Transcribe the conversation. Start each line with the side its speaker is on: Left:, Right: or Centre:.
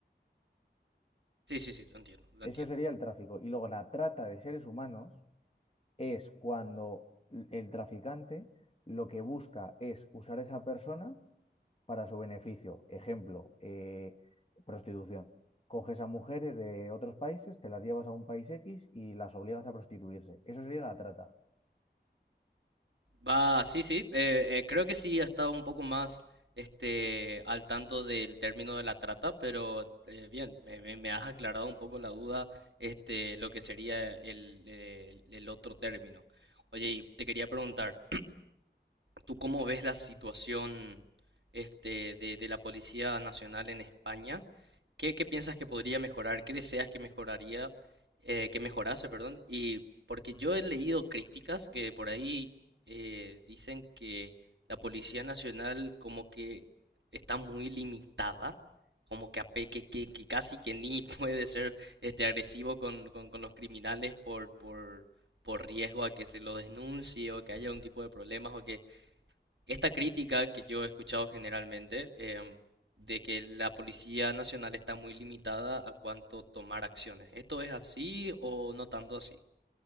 Right: Sí, sí, sí, lo entiendo, lo
Left: Eso
Right: entiendo.
Left: sería el tráfico. Y luego la trata de seres humanos es cuando l- el traficante lo que busca es usar a esa persona para su beneficio. Ejemplo, eh, prostitución. Coges a mujeres de otros países, te las llevas a un país X y las obligas a prostituirse. Eso sería la trata.
Right: Va, sí, sí. eh, eh, creo que sí ha estado un poco más este, al tanto del término de la trata, pero eh, bien, me, me- me has aclarado un poco la duda, este, lo que sería el, el el otro término. Oye, y te quería preguntar. ¿Tú cómo ves la situación este, de, de la Policía Nacional en España? ¿Qué, qué piensas que podría mejorar? ¿Qué deseas que mejoraría, eh, que mejorase, perdón? Y porque yo he leído críticas que por ahí eh, dicen que la Policía Nacional como que está muy limitada, como que, ape- que, que, que casi que ni <laughs> puede ser este, agresivo con, con, con los criminales por, por, por riesgo a que se lo denuncie o que haya un tipo de problemas o que esta crítica que yo he escuchado generalmente em, de que la Policía Nacional está muy limitada a cuanto tomar acciones. ¿Esto es así o no tanto así?